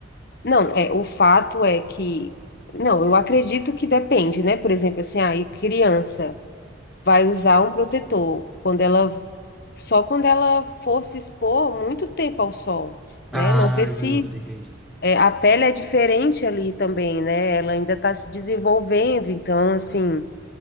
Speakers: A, on the left (about 55°); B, in the centre.
A: Não, é, o fato é que, não, eu acredito que depende, né? Por exemplo, assim, aí criança vai usar um protetor quando ela, só quando ela for se expor muito tempo ao sol,
B: Ah,
A: né? Não precisa.
B: justo, justo.
A: É, a pele é diferente ali também, né? Ela ainda está se desenvolvendo, então, assim,